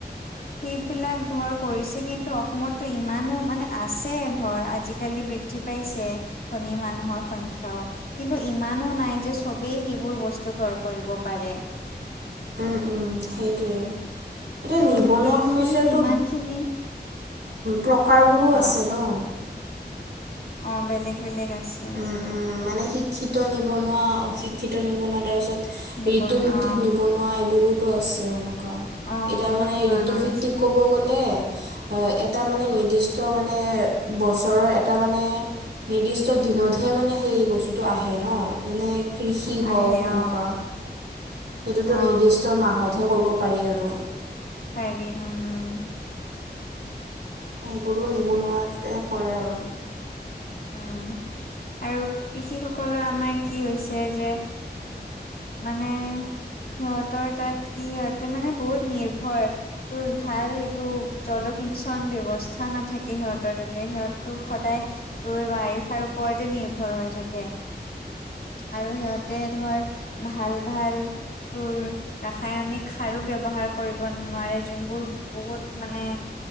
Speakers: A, on the left; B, on the right.
A: সেইবিলাক ধৰ কৰিছে কিন্তু অসমটো ইমানো মানে আছে ধৰ আজিকালি বৃদ্ধি পাইছে ধনী মানুহৰ সংখ্যাও কিন্তু ইমানো নাই যে সবেই সেইবোৰ বস্তু ক্ৰয় কৰিব পাৰে
B: উম উম সেইটোয়ে এতিয়া
A: ত'
B: নিবনুৱা
A: সেই
B: সমস্যাটো
A: সি সিমান খিনি
B: প্ৰকাৰবোৰো আছে
A: অ
B: ন
A: অ বেলেগ বেলেগ আছে
B: বেলেগ উম মানে শিক্ষিত নিবনুৱা অশিক্ষিত নিবনুৱা তাৰপিছত
A: নিবনুৱা
B: ঋতু ভিত্তিক
A: অ
B: নিবনুৱা এইবোৰোতো আছে হেনক ক
A: অ
B: এতিয়া
A: বহুত
B: মানে
A: ধৰণৰ
B: ঋতু ভিত্তিক
A: আছে
B: ক'ব গ'লে এটা মানে নিৰ্দিষ্ট মানে বছৰৰ এটা মানে নিৰ্দিষ্ট দিনতহে মানে সেই বস্তুটো আহে ন যেনে কৃষি হওক
A: আহে
B: সেনেকুৱা
A: অ
B: সেইটোতো
A: অ
B: নিৰ্দিষ্ট মাহতহে কৰিব পাৰি আৰু
A: পাৰি উম উম
B: সেইবোৰো নিবনুৱাতে পৰে আৰু
A: উম আৰু কৃষি সকলৰ আমাৰ কি হৈছে যে মানে সিহঁতৰ তাত কি সিহতে মানে বহুত নিৰ্ভ তোৰ ভাল এইটো জলসিঞ্চন ব্যৱস্থা নাথাকে সিহঁতৰ তাতে সিহঁতো সদায় তোৰ বাৰিষাৰ ওপৰতে নিৰ্ভৰ হৈ থাকে আৰু সিহঁতে ধৰ ভাল ভাল তোৰ ৰাসায়নিক সাৰো ব্যৱহাৰ কৰিব নোৱাৰে যোনবোৰ বহুত মানে